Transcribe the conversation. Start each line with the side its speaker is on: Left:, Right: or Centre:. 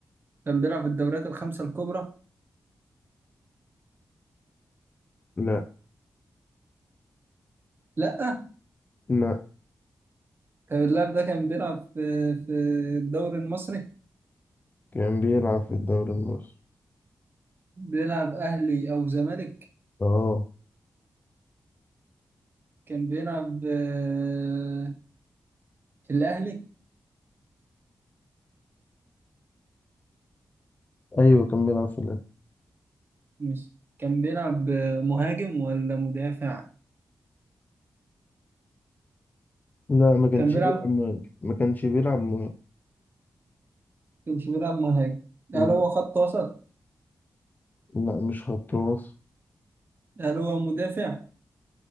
Right: كان بيلعب في الدوريات الخمسة الكبرى
Left: لأ
Right: لا
Left: لأ
Right: طب اللاعب ده كان بيلعب في في الدوري المصري
Left: كان بيلعب في الدوري المصري
Right: بيلعب أهلي أو زمالك
Left: اه
Right: كان بيلعب آه، في الأهلي
Left: ايوه كان بيلعب في الاهلي
Right: مش كان بيلعب آه، مهاجم ولا مدافع
Left: لا ما كانش
Right: كان بيلعب
Left: بيلعب مهاجم ما كانش بيلعب مهاجم
Right: مش بيلعب مهاجم
Left: لا
Right: هل هو خط وسط
Left: لا، مش خط وسط
Right: هل هو مدافع